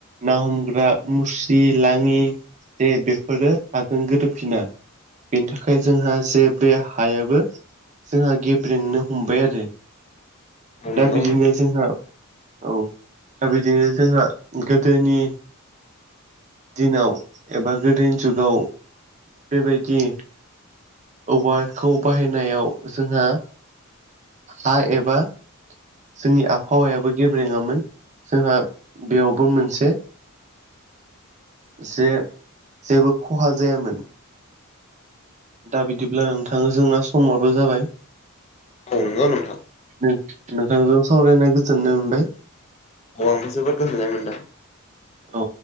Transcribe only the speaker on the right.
ना हमग्रा मुस्रि लाङि जे बेफोरो हाजों गोरोबफिना बेनि थाखाय जोंहा जे बे हायाबो जोंहा गेब्रेंनो हमबाय आरो द
दा
बिदिनो जोंहा औ दा बिदिनो जोंहा गोदोनि दिनाव एबा गोदोनि जुगाव बेबायदि औवाखौ बाहायनायाव जोंहा हा एबा जोंनि आबहावायाबो गेब्रेङामोन जोंहा बेयावबो मोनसे जे जेबो खहा जायामोन। दा बिदिब्ला नोंथाङो जोंना समआबो जाबाय।
नों-नोंथांजों सावरायना गोजोननाय मोनबाय।
औ।